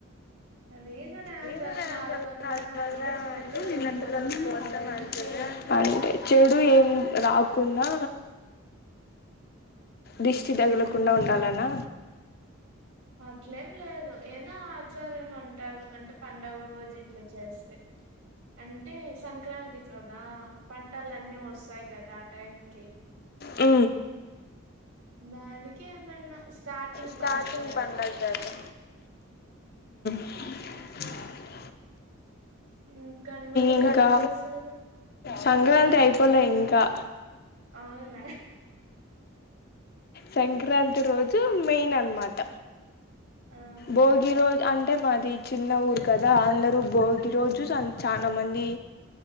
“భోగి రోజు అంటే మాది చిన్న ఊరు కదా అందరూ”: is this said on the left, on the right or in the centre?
Left